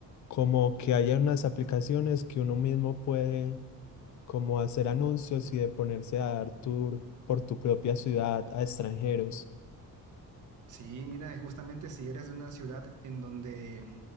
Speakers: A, on the left; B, on the right.
A: como que hay unas aplicaciones que uno mismo puede como hacer anuncios y de ponerse a dar tour por tu propia ciudad a extranjeros.
B: Sí, mira, y justamente si eres de una ciudad en donde